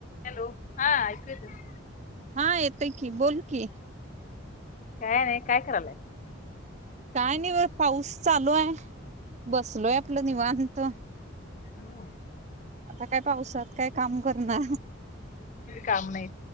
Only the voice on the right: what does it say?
हा येतंय की बोल कि
काय नाही पाऊस चालू आहे बसलोय आपलं निवांत
आता काय पावसात काय काम करणार